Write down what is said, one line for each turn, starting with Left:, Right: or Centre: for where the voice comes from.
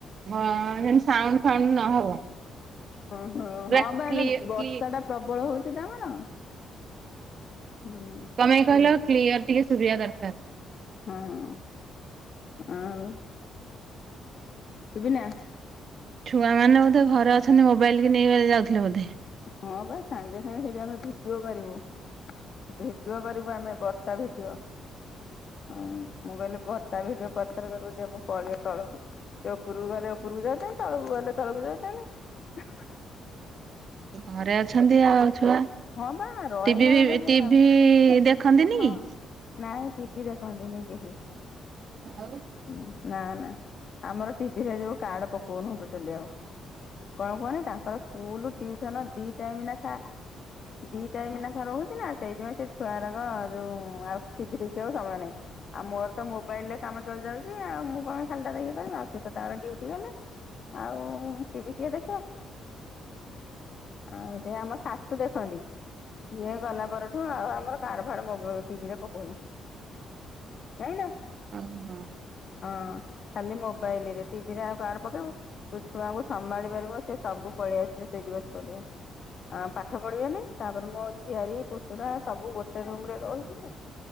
Right: ଭ ଯେନ୍ରି ସାଉଣ୍ଡ ସାଉଣ୍ଡ ନହବ।
Left: ଓହୋ
Right: ପୁରା
Left: ହଁ ବା ଏଟା
Right: କ୍ଲିୟ
Left: ବର୍ଷା
Right: କ୍ଲି
Left: ଟା ପ୍ରବଳ ହଉଛି ତ ଆମର ହୁଁ।
Right: କଅଁ ପାଇଁ କହିଲ କ୍ଲିୟର ଟିକେ ଶୁଭିବା ଦରକାର।
Left: ହଁ ଆଉ ଶୁଭିଲା?
Right: ଛୁଆମାନେ ବୋଧେ ଘରେ ଅଛନ୍ତି ମୋବାଇଲି କୁ ନେଇ ଇ ଯାଉଥିଲେ ବୋଧେ?
Left: ହଁ ବା ସାଙ୍ଗେ ସାଙ୍ଗେ ସେଠି ଆମେ ଭିଡିଓ କରିବୁ। ଭିଡିଓ କରିବୁ ଆମେ ବର୍ଷା ଭିଡିଓ। ହଁ ମୁଁ କହିଲି ବର୍ଷା ଭିଡ଼ିଓ ପଛରେ କରିବି ଦେ ମୁଁ ପଳାଏ ତଳକୁ। ସେ ଉପରକୁ ଗଲେ ଉପରକୁ ଯାଉଛନ୍ତି ତଳକୁ ଗଲେ ତଳକୁ ଯାଉଚନ୍ତି।
Right: ଘରେ ଅଛନ୍ତି ଆଉ ଆଉ ଛୁଆ।
Left: ହଁ ବା ରହିଲା
Right: ଟିଭି ଫିବି
Left: ମାନେ ସେ
Right: ଟିଭି
Left: କା
Right: ଦେଖନ୍ତିନି
Left: ହଁ।
Right: କି?
Left: ନାଇଁ ଟିଭିି ଦେଖନ୍ତିନି କେହି।
Right: ଆଉ
Left: ହୁଁ ନା ନା ଆମର ଟିଭି ରେ ଯଉ କାର୍ଡ ପକଉନୁ ଟୋଟାଲି ଆଉ। କଣ କୁହନି ତାଙ୍କର ସ୍କୁଲ ଟିୟୁସୁନ ଦି ଟାଇମ ନାଖା। ଦି ଟାଇମ ନାଖ ରହୁଛି ନା ସେଇଥିପାଇଁ ସେ ଛୁଆରକ ଯୋଉ ଆଉ ଟିଭି ଦେଖିବାକୁ ସମୟ ନାହିଁ। ଆଉ ମୋର ତ ମୋବାଇଲ ରେ କାମ ଚଲି ଯାଉଛି ଆଉ ମୁଁ କଣ ଖାଲିଟାରେ ଇଏ କରିବି ଆଉ ସିଏ ତ ତାଙ୍କର ଡିୟୁଟି ଗଲା। ଆଉ ଟିଭିି କିଏ ଦେଖିବ? ଆଉ ସେ ଆମ ଶାଶୁ ଦେଖନ୍ତି। ସିଏ ଗଲା ପରଠୁ ଆଉ ଆମର କାଡ ଫାଡ ମୋ ଟିଭିରେ ପକଉନି। <unintelligible>
Right: ଓହୋ।
Left: ହଁ ଖାଲି ମୋବାଇଲ ରେ ଟିଭିରେ ଆଉ କାଡ ପକେଇବୁ। ତୁ ଛୁଆଙ୍କୁ ସମାଳି ପାରିବୁନୁ ସେ ସବୁ ପଳେଇ ଆସିବେ ସେଇଟି ବସି ପଡ଼ିବେ। ଆ ପାଠ ପଢିବେନି ତାପରେ ମୋ ଝିଆରୀ ପୁତୁରା ସବୁ ଗୋଟେ ରୁମ ରେ ରହିଥିଲେ।